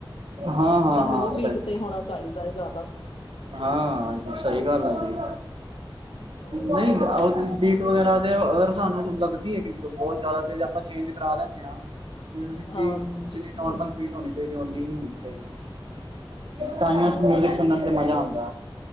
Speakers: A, on the right (about 75°); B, on the left (about 80°).
A: ਹਾਂ ਹਾਂ।
B: ਤਾਂ ਲੋਅ
A: ਹਾਂ
B: ਬੀਟ
A: ਸਹੀ
B: ਤੇ ਹੋਣਾ ਚਾਹੀਦਾ ਹੈ ਜ਼ਿਆਦਾ।
A: ਹਾਂ ਸਹੀ ਗੱਲ ਆ ਜੀ
B: ਹੋਰ
A: ਨਹੀਂ
B: ਕੀ
A: ਉਹ ਵਗੈਰਾ ਤੇ ਅਗਰ ਸਾਨੂੰ ਲੱਗਦੀ ਹੈ ਕਿ ਬਹੁਤ ਜ਼ਿਆਦਾ ਤੇ ਆਪਾਂ ਚੇਂਜ ਕਰਾ ਲੈਂਦੇ ਹਾਂ। ਮਿਊਜ਼ਿਕ ਦੀ
B: ਹਾਂਜੀ
A: ਜਿੰਨੀ ਨੋਰਮਲ ਬੀਟ ਹੋਣੀ ਚਾਹੀਦੀ ਹੈ ਓਨੀ ਹੀ ਹੋਣੀ ਚਾਹੀਦੀ ਹੈ। ਸਾਈਲੈਂਟ
B: ਹੋਰ
A: ਮਿਊਜ਼ਿਕ ਸੁਣਨ
B: ਕੀ
A: ਤੇ ਮਜ਼ਾ ਆਉਂਦਾ।